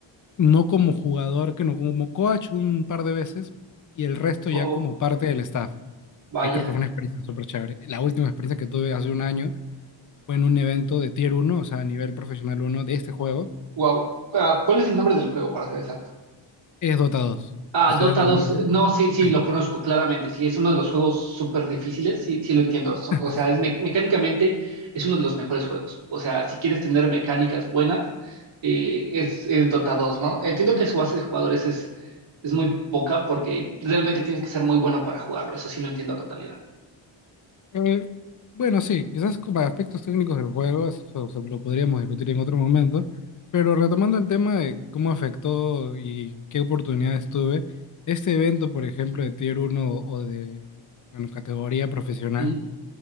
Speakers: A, on the left; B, on the right.
A: no como jugador, que no como coach un par de veces y el resto
B: Oh,
A: ya como parte del staff,
B: vaya.
A: que creo que fue una experiencia súper chévere. La última experiencia que tuve hace un año fue en un evento de Tier uno o sea, a nivel profesional uno de este juego,
B: Wow. Ah, ¿cuál es el nombre del juego, para ser exacto?
A: es Dota 2.
B: Ah,
A: Quizás
B: Dota
A: lo
B: 2.
A: conoces.
B: No, sí, sí,
A: Sí.
B: lo conozco claramente. Sí, es uno de los juegos súper difíciles. Sí, sí, lo entiendo. So-
A: <laughs>
B: O sea, es mec- mecánicamente es uno de los mejores juegos. O sea, si quieres tener mecánicas buenas, eh, es, es Dota 2, ¿no? Entiendo que su base de jugadores es, es muy poca porque realmente tienes que ser muy bueno para jugarlo. Eso sí lo entiendo a totalidad.
A: Eh, bueno, sí, quizás con- para aspectos técnicos del juego, eso, eso lo podríamos discutir en otro momento, pero retomando el tema de cómo afectó y qué oportunidades tuve, este evento, por ejemplo, de Tier uno o de, bueno, categoría profesional,
B: Mm,